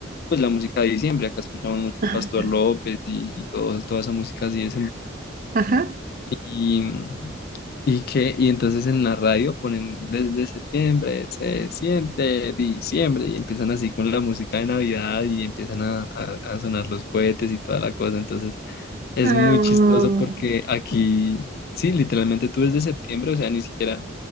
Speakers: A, on the left; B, on the right.
A: pues la música de diciembre, acá escuchamos mucho
B: ajá.
A: Pastor López y, y todo, toda esa música así de
B: ajá.
A: y, y que, y entonces en la radio ponen desde septiembre, se siente diciembre, y empiezan así con la música de Navidad y empiezan a, a- a sonar los cohetes y toda la cosa. Entonces es
B: Ah,
A: muy chistoso porque aquí, sí, literalmente tú desde septiembre, o sea, ni siquiera,